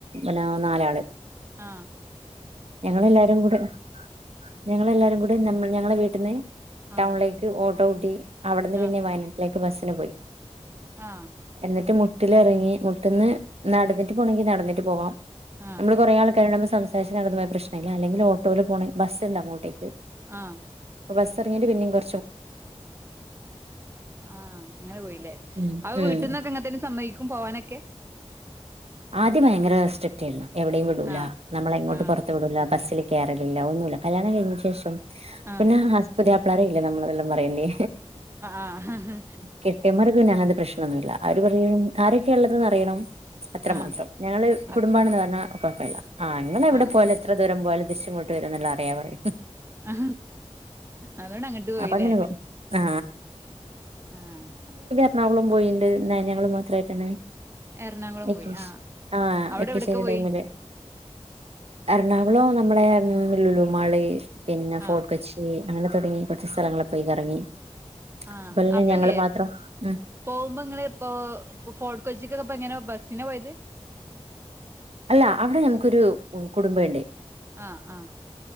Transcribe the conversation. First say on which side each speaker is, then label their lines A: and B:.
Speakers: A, on the right; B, on the right.
A: പിന്നെ നാലാള്
B: ആ
A: ഞങ്ങളെല്ലാരും കൂടെ ഞങ്ങളെല്ലാരും കൂടെ ഇവിടെമ്മ ഞങ്ങള വീട്ട നിന്ന് ടൗൺിലൈക്ക്
B: ആഹ്
A: ഓ ടൗടി. അവിടുന്ന്
B: ആഹ്
A: പിന്നെ വയനാട്ടിലേക്ക് ബസ് ത്തിന് പോയി.
B: ആഹ്
A: എന്നിട്ട് മു മുട്ടിലിറങ്ങി മുട്ടന്ന് നടന്നിട്ട് പോണമെങ്കിൽ നടന്നിട്ട് പോകാം.
B: ആഹ്
A: നമ്മള് കുറേ ആൾക്കാരു നമ്മ നടന്ന പോ പ്രശ്നമല്ലെങ്കിൽ ഓട്ടോ പോണങ്ക ബസ് ഉണ്ട് അങ്ങോട്ടേക്ക്
B: ആഹ്.
A: ബസ് ഇറങ്ങി പിന്നും കു
B: ആഹ് അങ്ങനെ പോയില്ലേ
A: ഉം
B: അവ
A: ഉം
B: വീട്ടന്നൊക്കെ എങ്ങനത്തേെ സമ്മവക്കും പോവാനൊക്കെ
A: ആദ്യം ഭയങ്കര സ്ട്രിക്ട് ആയിരുന്നു. എവിടെയും വിടൂല
B: ആഹ്
A: നമ്മളെങ്ങോട്ട്
B: ആഹ്
A: പുറത്ത് വിടൂല ബസ്. കേയറില്ല ഒന്നുമല്ല കല്യാണം കഴിഞ്ഞതിന് ശേഷം
B: ആഹ്
A: പിന്നെ ആസ്പത്രിപ്പളറയില്ലേ നമ്മളെല്ലാം പറയേണ്ടേ
B: ആഹ് ആഹ്
A: കെട്ടയന്മാർക്കന്നെ അങ്ങനത്തെ പ്രശ്നൊന്നുമില്ല അവര് പറയാ ആരൊക്കെ ഉള്ളത് ന്ന് അറിയണം. അത്രമാത്രം
B: ആഹ്
A: ഞങ്ങള്
B: അത്
A: കുടുംബാണെന്ന് പറഞ്ഞാൽ വള്ള. ഉം ഇങ്ങള് എവിടെ
B: ആഹ്
A: പോല എത്ര ദൂരം പോലും. തിരിച്ച് ഇങ്ങോട്ട് വരും എന്നുളള അറിയമ പറേ.
B: ആ അതുകൊണ്ട് അങ്ങോട്ട് പോയില്ലേ
A: അപ്പൊ അങ്ങനെ പോകും ആ
B: ആഹ്.
A: എണാവളും പോയിണ്ട് ഞങ്ങള് മാത്രമായിട്ടാണ്.
B: എറണാകുളം
A: വെക്കേഷൻ
B: പോയി ആ
A: ആ
B: അവിടെ
A: വെക്കേഷൻ
B: എവിടക്ക് പോയി.
A: ടൈമില് എറണാകുളം നമ്മളു ലുലു മാള്. പിന്നെ ഫോർട്ട്
B: ആഹ്
A: കൊച്ചി അങ്ങനെ തുടങ്ങി. കുറച്ച് സ്ഥലങ്ങളിൽ പോയി കറങ്ങി.
B: ആഹ്
A: അതുപോലെ തന്നെ
B: അപ്പല്ലേ
A: ഞങ്ങള് മാത്രം ഉം
B: പോകുമ്പോ ഇങ്ങ ഇപ്പോ ഇ ഫോർട്ട് കൊച്ചിക്ക്ൊക്ക എങ്ങനെ ബസ് സിന പോയത്.
A: അല്ല അവിടെ ഞങ്ങക്കൊരു കുടുംബ ഉണ്ടേ.
B: ആഹ് ആഹ്.